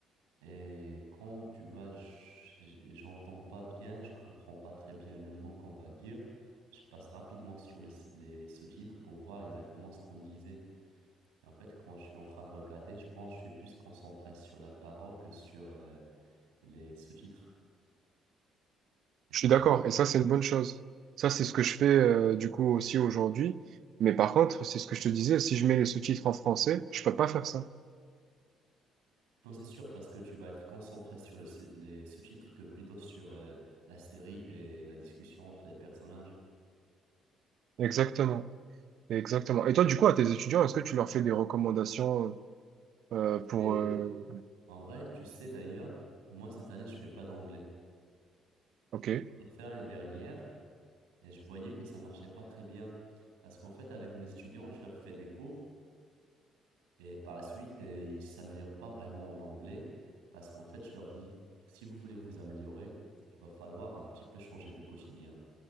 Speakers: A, on the right; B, on the right.
A: Et quand tu vois, j- j'entends pas bien, je comprends pas très bien le mot qu'on va dire. Je passe rapidement sur les, les sous-titres pour voir exactement ce qu'on disait. Et en fait, quand je suis en train de regarder, je pense que je suis plus concentré sur la parole que sur euh, les sous-titres. Et
B: Je
A: ça,
B: suis d'accord,
A: c'est-
B: et ça, c'est une bonne chose. Ça, c'est ce que je fais, euh, du coup, aussi aujourd'hui. Mais par contre, c'est ce que je te disais, si je mets les sous-titres en français, je peux pas faire ça.
A: non, c'est sûr parce que tu vas être concentré sur le sous- les sous-titres que plutôt sur euh, la série et la discussion entre les personnages.
B: Exactement. Exactement. Et toi, du coup, à tes étudiants, est-ce que tu leur fais des recommandations, euh, pour,
A: Et
B: euh,
A: en vrai, tu sais d'ailleurs, moi cette année, je fais pas d'anglais.
B: OK.
A: J'ai fait l'année dernière. Et je voyais que ça marchait pas très bien. Parce qu'en fait, avec mes étudiants, je leur fais des cours et par la suite, euh, ils s'améliorent pas vraiment en anglais. Parce qu'en fait, je leur dis, si vous voulez vous améliorer, il va falloir un petit peu changer de quotidien.